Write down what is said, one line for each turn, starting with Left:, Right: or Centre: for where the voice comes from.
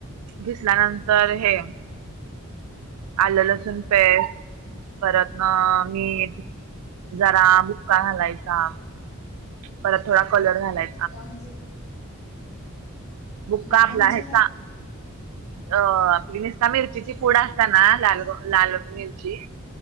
Right: घिसल्यानंतर हे आलं- लसूण पेस्ट परत न मीठ जरा बुक्का घालायचा. परत थोडा कलर घालाय
Left: बुका म्हणजे?
Right: बुका
Left: बुक्का
Right: आपला
Left: म्हणजे
Right: हेचा
Left: काय?
Right: अ आपली त्या मिरचीची पुड असत्या ना लाल- लाल मिरची